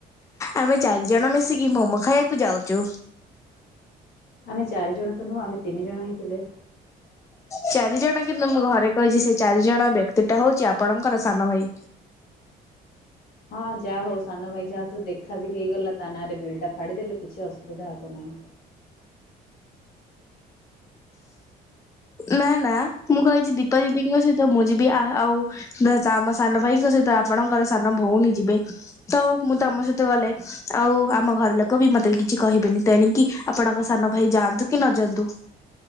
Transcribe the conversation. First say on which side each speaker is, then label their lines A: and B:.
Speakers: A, on the left (about 20°); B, on the left (about 70°).
A: ଆମେ ଚାରି ଜଣ ମିଶିକି ମୋମୋ ଖାଇବାକୁ ଯାଉଛୁ।
B: ଆମେ ଚାରି ଜଣ ତ ନୁଁହ ଆମେ ତିନି ଜଣ ହିଁ ଥିଲୁ।
A: ଚାରି ଜଣ କିନ୍ତୁ ମୁଁ ଘରେ କହିଛି, ସେ ଚାରି ଜଣ ବ୍ୟକ୍ତି ଟା ହଉଛି ଆପଣଙ୍କର ସାନ ଭାଇ।
B: ହଁ, ଯାହା ହଉ ସାନ ଭାଇ ଯାହା ତୁ ଦେଖା ବି ହେଇଗଲା ତା ନାଁରେ ବିଲ ଟା ଫାଡ଼ିଦେଲେ କିଛି ଅସୁବିଧା ହବ ନାହିଁ।
A: ନା ନା, ମୁଁ କହିଛି ଦୀପା ଦିଦିଙ୍କ ସହିତ ମୁଁ ଯିବି ଆଉ। ଆମ ସାନ ଭାଇଙ୍କ ସହିତ ଆପଣଙ୍କର ସାନ ଭଉଣୀ ଯିବେ ତ ମୁଁ ତମ ସହିତ ଗଲେ ଆଉ ଆମ ଘର ଲୋକ ବି ମତେ କିଛି କହିବେନି ତେଣିକି ଆପଣଙ୍କ ସାନ ଭାଇ ଯାଆନ୍ତୁ କି ନଯାଆନ୍ତୁ।